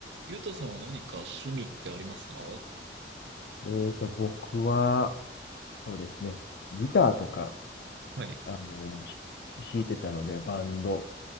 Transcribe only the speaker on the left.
えーと、僕は、そうですね、ギターとか、
あの、ひ弾いてたので、バンド